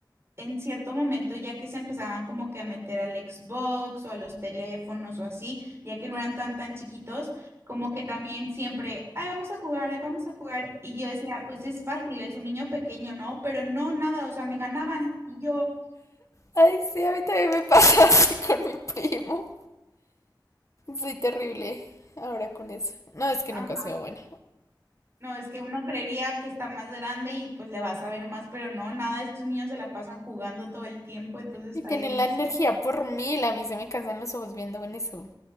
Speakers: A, on the right; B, on the left.
A: en cierto momento, ya que se empezaban como que a meter al Xbox o a los teléfonos o así, ya que no eran tan tan chiquitos, como que también siempre, ay, vamos a jugar, ay, vamos a jugar. Y yo decía, pues es fácil, es un niño pequeño, ¿no? Pero no, nada, o sea, me ganaban y yo...
B: Ay, sí, a mí también me pasa <laughs> así con mi primo. Soy terrible ahora con eso. No, es que
A: "Ah,
B: nunca he sido buena.
A: No, es que uno creería que está más grande y pues le vas a ver más, pero no, nada, estos niños se la pasan jugando todo el tiempo, entonces
B: Y
A: está
B: tienen
A: difícil.
B: la energía por mil. A mí se me cansan los ojos viendo en eso.